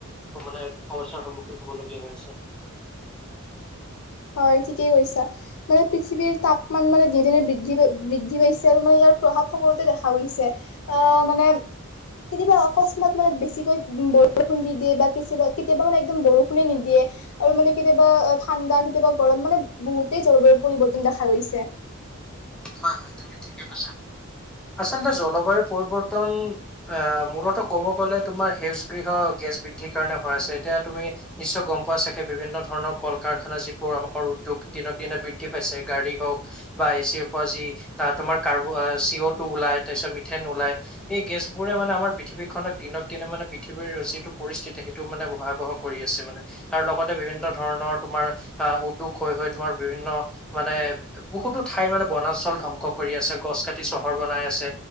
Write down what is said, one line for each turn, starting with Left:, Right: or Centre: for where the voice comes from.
Centre: মানে সমস্যাৰ সন্মুখীন হবলগীয়া হৈ আছে। <inaudible>
Left: হয় ঠিকেই কৈছা মানে পৃথিৱীৰ তাপমান মানে ধনে ধনে বৃদ্ধি প বৃদ্ধি পাইছে আৰু মানে ইয়াৰ। প্ৰভাৱ সকলোতে দেখা গৈছে আহ মানে। কেতিয়াবা অকস্মাত মানে বেছিকৈ উ বৰষুণ দি দিয়ে বা কেতিয়াবা কেতিয়াবা মানে একদম বৰষুণে নিদিয়ে। আৰু মানে কেতিয়াবা ঠাণ্ডাত। কেতিয়াবা গৰম মানে বহুতেই জলবায়ুৰ পৰিৱৰ্তন দেখা গৈছে।
Centre: হয় হয় তুমি ঠিকে কৈছা। আচলতে জলবায়ু পৰিবৰ্তন আহ মূলত ক'ব গ'লে তোমাৰ সেউজ গৃহ গেছ। বৃদ্ধিৰ কাৰণে হয় আছে এতিয়া তুমি নিশ্চয় গম পোৱা চাগে বিভিন্ন ধৰণৰ কল কাৰখানা যিবোৰ আমাৰ উদ্যোগ। দিনক দিনে বৃদ্ধি পাইছে গাড়ী হওক বা এ চিৰ। যি তোমাৰ কাৰ্ব চিঅ ওলাই তাৰপিছত মিথেন ওল এই গেছ বোৰে মানে আমাৰ। পৃথিৱীখননক দিনক দিনে মানে পৃথিৱীৰ যিটো পৰিস্থিতি সেইটো মানে ভয়াৱহ কৰি আছে মানে আৰু লগতে বি। বিভিন্ন ধৰণৰ তোমাৰ আহ উদ্যোগ হৈ হৈ তোমাৰ বিভিন্ন মানে বহুতো ঠাইত মানে। বনাঞ্চল ধ্বংস কৰি আছে গছ কাটি চহৰ বনাই আছে